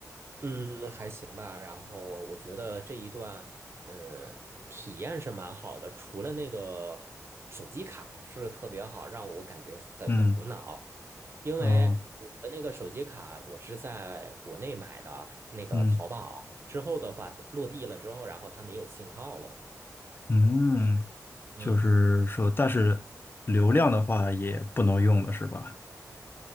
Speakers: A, on the right; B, on the left.
A: 嗯，还行吧。然后我觉得这一段，嗯，体验是蛮好的，除了那个手机卡不是特别好，让我感觉在苦恼。
B: 嗯，
A: 因为我的那个手机卡，
B: 哦，
A: 我是在国内买的，那个淘宝之后的话，
B: 嗯
A: 落地了之后，然后它没有信号了。
B: 嗯，
A: 嗯。
B: 就是说，但是流量的话也不能用了，是吧？